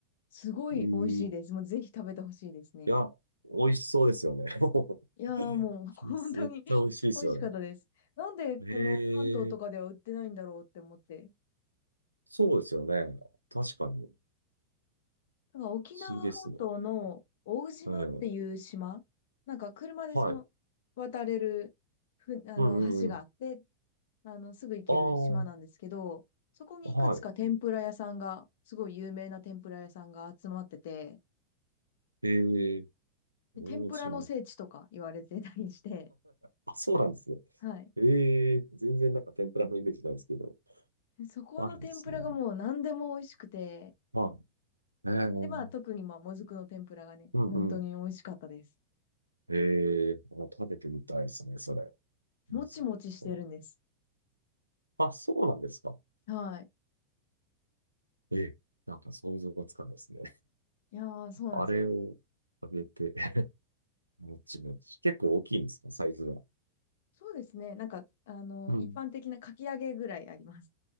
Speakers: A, on the left (about 55°); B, on the right (about 85°).
A: すごい美味しいです。
B: ええ
A: もうぜひ食べてほしいですね。
B: いや、美味しそうですよね。<laughs> も
A: いやーもう <laughs> 本当に美味しかったです。
B: う絶対美味しいですよね。
A: なんでこの関東とかでは売ってないんだろうって思って
B: へえ、そうですよね。確かに。
A: なんか沖縄本島の大島っていう島、
B: 不思議ですね。うん。
A: なんか車でその渡れるふ、
B: はい。
A: あの橋があって、
B: うんうんうん。
A: あのすぐ行ける島なんですけど、
B: ああ、
A: そこにいくつか天ぷら屋さんが、
B: は
A: すごい有名な天ぷら屋さんが集まってて、
B: い。ええ、
A: で天ぷらの聖地とか言われてたりして、
B: 大島。あ、そうなんですね。
A: はい。
B: ええ、全然なんか天ぷらのイメージなんですけど。
A: でそこの天ぷらがもう何でも美味しくて、
B: あるんですね。はい。ええ、うん
A: で、まあ特にまあもずくの天ぷらがね、
B: うん。
A: 本当に美味しかったです。
B: ええ、あ食べてみたいですね、それ。
A: もちもちしてるんです。
B: うんそっかあ、そうなんですか。
A: はい。
B: ええ、なんか想像がつかないですね。
A: いやー、そうなんですよ。
B: あれをあげて、<laughs> もちもち。結構大きいんですか、サイズは。
A: そうですね。なんか、あの、
B: うん。
A: 一般的なかき揚げぐらいあります。